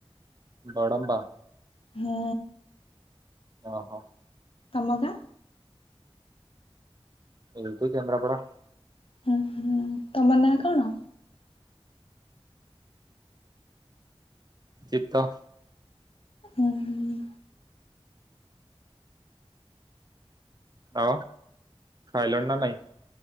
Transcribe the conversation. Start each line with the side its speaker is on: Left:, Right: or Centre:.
Right: ବଡ଼ମ୍ବା।
Left: ହୁଁ।
Right: ଓ ହୋ।
Left: ତମ ଗାଁ?
Right: ଏଇଠୁ କେନ୍ଦ୍ରାପଡ଼ା
Left: ହୁଁ ହୁଁ ତମ ନାଁ କଣ?
Right: ଜିିତ।
Left: ହୁଁ ହୁଁ।
Right: ହଁ ଖାଇଲଣି ନା ନାଇଁ?